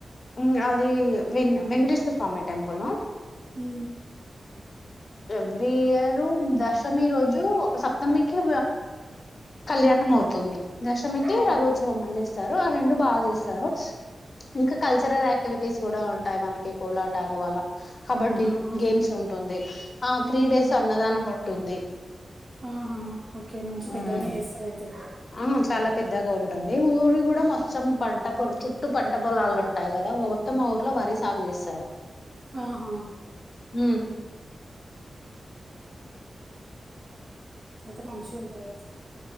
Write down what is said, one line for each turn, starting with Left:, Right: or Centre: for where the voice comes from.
Left: ఉమ్ అది వెం వెంకటేశ్వర్ స్వామి టెంపుల్
Right: హు
Left: ఎవ్రీ ఇయర్ దశమి రోజు సప్తమికి కళ్యాణం అవుతుంది దశమికి
Right: ఓకే.
Left: రథోత్సవం అనిజేస్తారు ఆ రెండు బాగా చేస్తారు ఇంకా కల్చరల్ యాక్టివిటీస్ కూడా ఉంటాయి మనకి కోలాటాలు అలా కబడ్డీ
Right: ఆహా.
Left: గేమ్స్ ఉంటుంది. ఆ త్రీ
Right: మ్మ్హ్.
Left: డేస్ అన్నదానం ఉంటుంది.
Right: ఆహా ఓకే మంచి
Left: ఉమ్
Right: పెద్దనే చేస్తారు అయితే
Left: ఆ చాలా పెద్దగా ఉంటుంది ఊరి కూడా మొత్తం పంట పొల చుట్టూ పంట పొలాలు ఉంటాయి కదా మొత్తం మా ఊర్లో వరి సాగు చేస్తారు
Right: ఆహా
Left: ఊ
Right: అయితే మంచిగా ఉంటది అయితే